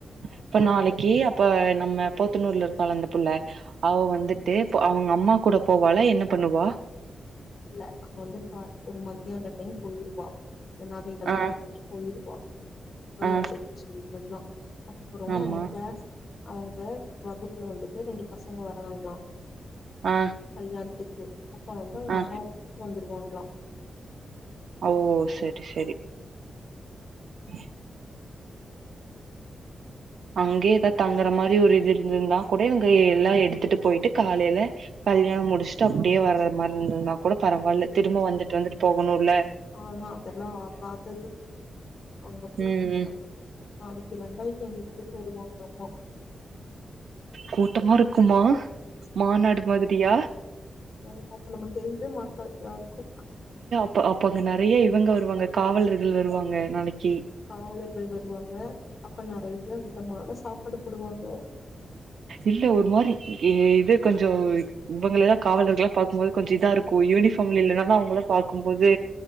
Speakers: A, on the right; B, on the left.
A: இப்ப நாளைக்கு அப்ப நம்ம பொத்தனூர்ல இருப்பால்ல அந்த புள்ள அவ வந்துட்டு அவங்க அம்மா கூட போவாலா என்ன பண்ணுவா
B: இல்ல அப்போ வந்து கா ஒரு மத்தியான டைம் போயிருவா இந்த நகைகல்லா
A: ஆ
B: வாங்கிட்டு போயிருவா
A: ஆ
B: வாடகைக்கு சொல்றதுதா அப்புறோ
A: ஆமா
B: கிளாஸ் அவங்க வகுப்புல வந்துட்டு ரெண்டு பசங்க வராங்கலா
A: ஆ
B: கல்யாணத்துக்கு அப்போ வந்து அவங்க
A: ஆ
B: அம்மாவ கூப்ட்டுட்டு வந்துருவாங்களா
A: ஓ சரி சரி ம் அங்கே எதா தங்குற மாரி ஒரு இது இருந்திருந்தா கூட இவங்க எல்லா எடுத்துட்டு போயிட்டு காலைல கல்யாணம் முடிச்சுட்டு அப்டியே வர்ற மாரி இருந்ததுன்னா கூட பரவாயில்ல திரும்ப வந்துட்டு வந்துட்டு போகணுல
B: ஆனா அதெல்லா ஆகாதது அங்க போய்
A: ம்
B: எப்டி
A: ம்
B: தங்கரது நாளைக்கு இரண்டாயிரத்தி ஐநூறு பேர் வருவாங்கலாமா
A: கூட்டமா இருக்குமா மாநாடு மாதிரியா
B: ஓ அப்ப நம்ம தெரியவே மாட்டோ யாருக்கு
A: ப்ப அப்பங்க நிறைய இவங்க வருவாங்க காவலர்கள் வருவாங்க நாளைக்கு
B: காவலர்கள் வருவாங்க அப்ப நிறைய விதமான சாப்பாடு போடுவாங்க
A: இல்ல ஒரு மாரி இது கொஞ்சோ இவங்களளா காவலர்களா பாக்கும் போது கொஞ்சோ இதா இருக்கு யூனிஃபார்ம்ல இல்லலன்னா தா அவங்கள்ளா பாக்கும்போது